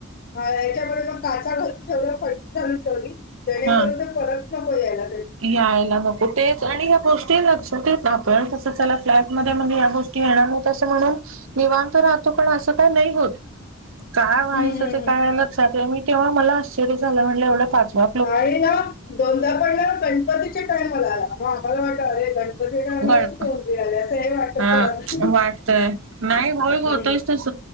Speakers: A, on the left; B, on the right.
A: हा याच्यामुळे मग काचा घालून ठेवला फडकी घालून ठेवली जेणेकरून
B: हा
A: ते परत. नको याईला.
B: यायला नको तेच आणि ह्या गोष्टी लक्षात येत आपण कसं त्याला फ्लॅट मध्ये म्हणून या गोष्टी येणार नव्हत्या म्हणून निवांत राहतो पण असं काय नाही होत. काय व्हायचं
A: हम्म हम्म
B: ते
A: हम्म
B: काय लक्षात आहे मी तेव्हा मला आश्चर्य झालं म्हणलं एवढं पाचवा.
A: आणि ना दोनदा पण ना पण गणपतीच्या टाइमला आला म आमला वाट अरे गणतीच्या टाइमला
B: गड
A: कुठे? उंदीर आले असं हे वाटत
B: हा
A: परत
B: वाटतय नाही होय होतच
A: हम्म.
B: तस.